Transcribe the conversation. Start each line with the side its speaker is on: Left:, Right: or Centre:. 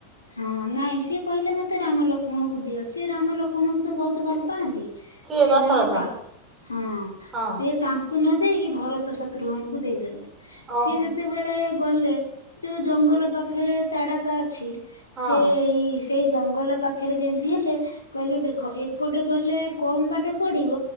Left: ହଁ ନାଇଁ ସିଏ କହିଲେ ମତେ ରାମ ଲକ୍ଷ୍ମଣଙ୍କୁ ଦିଅ ସିଏ ରାମ ଲକ୍ଷ୍ମଣଙ୍କୁ ତ ବହୁତ ଭଲ ପାଆନ୍ତି।
Right: କିଏ
Left: ସେଥିନାଗୀ
Right: ଦଶରଥ?
Left: ତା ହଁ
Right: ହଁ
Left: ସେ ତା ଙ୍କୁ ନଦେଇକି ଭରତ ଶତ୍ରୁଘନକୁ ଦେଇଦେଲେ
Right: ଓହୋ
Left: ସିଏ ଯେତେ ବେଳେ ଗଲେ ଯୋଉ ଜଙ୍ଗଲ ପାଖରେ ତାଡ଼ାକା ଅଛି
Right: ହଁ
Left: ସେ ଏଇ ଏଇ ଜଙ୍ଗଲ ପାଖରେ ଯେମିତି ହେଲେ କହିଲେ ଦେଖ ଏପଟେ ଗଲେ କମ୍ ବାଟ ପଡ଼ିବ